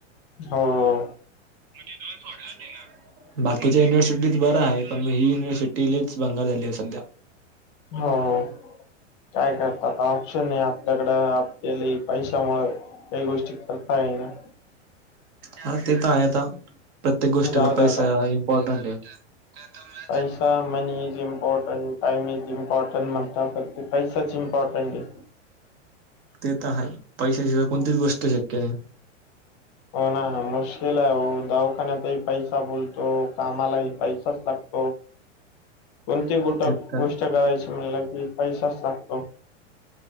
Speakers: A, on the left; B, on the right.
A: हो हो
B: मग तिथून सोडल तिनं. बाकीच्या युनिव्हर्सिटीच बं आहे पण मग ही युनव्हर्सटीच बंगल झाली आहे सध्या
A: हो हो काय करत आता ऑप्शन नाही त्याकड आपलेले पैशामु काही गोष्टी करता आहे ना
B: हा ते तर आहे आता प्रत्येक गोष्टीला
A: जाऊ दे
B: पैसा
A: आता
B: इम्पॉर्टंट आहे त्या तर
A: पैसा money is important time is important म्हणतात ब़घ पैशाची इम्पॉर्टंट आहे
B: ते तर हाय पैशाशिवाय
A: आहे
B: कोणतीच गोष्ट शक्य नाही
A: हो ना मुश्कल आहे हो दवाखान्यात ही पैसा बोलतो कामालाही पैसाच लागतो
B: <inaudible>
A: कोणती गोट
B: ते तर
A: गोष्ट करायची म्हणल कि पैसाच लागतो.